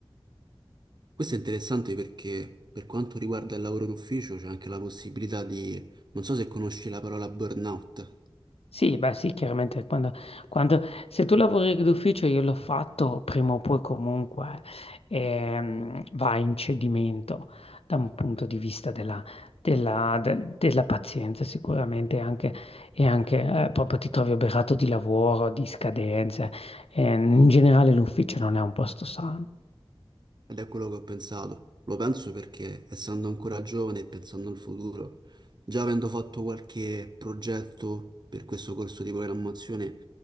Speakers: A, on the right (about 45°); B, on the left (about 85°).
A: Questo è interessante perché per quanto riguarda il lavoro d'ufficio c'è anche la possibilità di, non so se conosci la parola burnout.
B: Sì, beh sì, chiaramente quando, quando- se tu lavori d'ufficio io l'ho fatto, prima o poi comunque ehm, va in cedimento da un punto di vista della, della- de- della pazienza sicuramente anche, e anche eh, proprio ti trovi oberato di lavoro, di scadenze. Eh, in generale l'ufficio non è un posto sano.
A: Ed è quello che ho pensato. Lo penso perché, essendo ancora giovane e pensando al futuro, già avendo fatto qualche progetto per questo corso di programmazione,